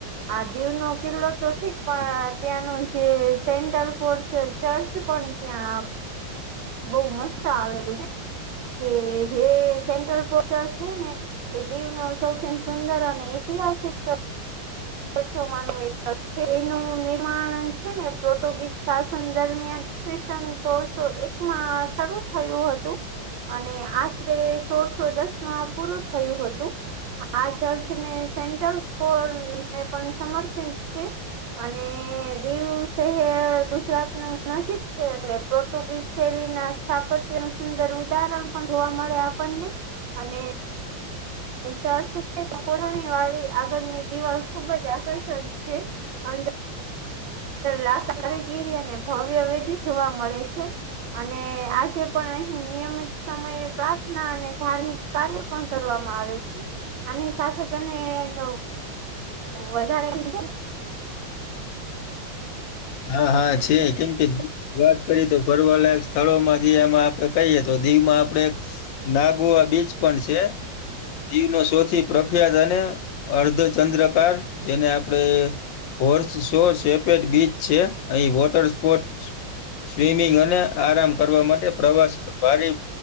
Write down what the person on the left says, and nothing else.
હા હા છેી કેમ વાત કરીએ તો ફરવાલાયક સ્થળોમાં જે એમાં આપડે કહીએ તો દીવમાં આપડણે નાગુઆ બીચ પણ છે. દીવનો સૌથી પ્રખ્યાત અને અર્ધો ચંદ્રકાર જેને આપણે હોર્સ શોર સેપેડ બીચો છે અહી વોટર સ્પોર્ટ સ્વિમિંગ અને આરામ કરવા માટે પ્રવાસ ભરે,